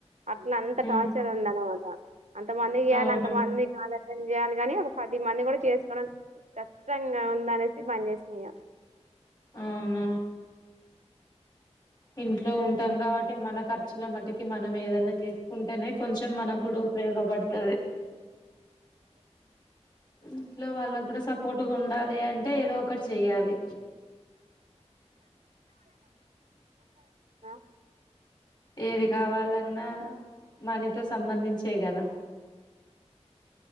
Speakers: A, on the right (about 80°); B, on the left (about 40°).
A: అట్లా అంత టార్చర్
B: ఉమ్
A: ఉండ వ అంతమందికి చెయ్యాలి
B: అవును
A: అంటే మంది కాలేజీ చేయాలి కాని ఒక పది మంది కూడా చేసుకోవడం కష్టంగా ఉంద అనేసి బంద్ చేసిన ఇక
B: అవునా ఇంట్లో
A: ఉమ్.
B: ఉంటాం కాబట్టి మనకర్చ ఇట్ల మట్కి మనం ఏదన్నా చేసుకుంటేనే కొంచెం మనకు కూడా ఉపయోగపడుతది ఇంట్లో వాళ్ళకు కూడా సపోర్ట్గా ఉండాలి అంటే టే ఏదో ఒకటి ఒక్కటి చెయ్యాలి
A: ఆ,
B: ఏది కావాలన్నా మనీతో సంబంధించి దే కదా